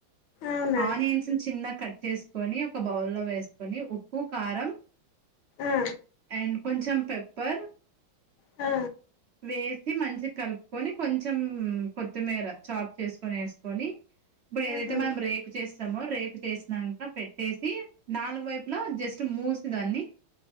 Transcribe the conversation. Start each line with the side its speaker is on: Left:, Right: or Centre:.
Left: అవునా
Right: ఆనియన్స్ చిన్న కట్ చేసుకొని ఒక బౌల్ లో వేసుకొని ఉప్పు కారం
Left: ఆ
Right: అండ్ కొంచెం పెప్పర్
Left: ఆ
Right: వేసి మంచి కలుపుకొని కొంచెం కొత్తిమీర చాప్ చేసుకొని వేసుకొని ఇప్పుడేదతే
Left: ఆహా
Right: మనం పే రేకు చేస్తామో రేకు చేసినాక పెట్టేసి నాలుగు వైపు లో జస్ట్ మూసి దాన్ని